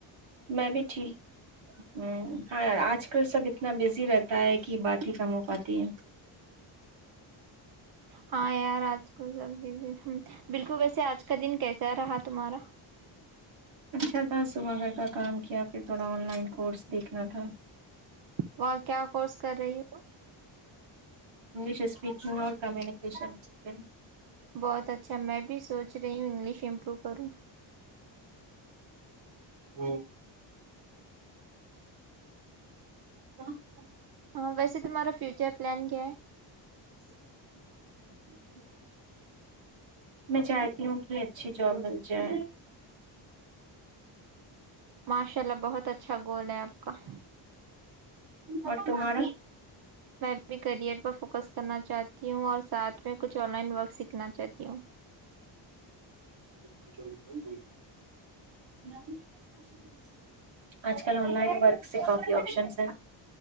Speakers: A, on the right; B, on the right.
A: میں بھی ٹھیک ہ ہاں آج کل سب اتنا بزی رہتا ہے کہ بات ہی کم ہو پاتی ہے
B: ہاں یار آج کو سب ہ بالکل ویسے آج کا دن کیسے آ رہا تھا تمار
A: اچھا تھا صبح گھر کا کام کیا پھر تھوڑا آن لائن کورس دیکھنا تھا
B: وہاں کیا کورس کر رہی ہو
A: انگش اسپیکنگ اور کمکیشن اسک
B: بہت اچھا میں بھی سوچ گشمپرو کرو
A: ہوں ہ
B: ہاں ویسے تہارا فیوچر پلان کیا ہے
A: <unintelligible> میں چاہتی ہوں کہ اچھی جاب مل جائے
B: ماشاء اللہ بہت اچھا گول ہے اب کک
A: اور تمہارا
B: میں بھی کریئر پر فوکس کرنا چاہتی ہوں اور سھ میں کچھ آن لائن ورک سیکھنا چاہی کیو
A: <unintelligible> آج کل آن لائن ورک سے کافی ہوتی اشم سر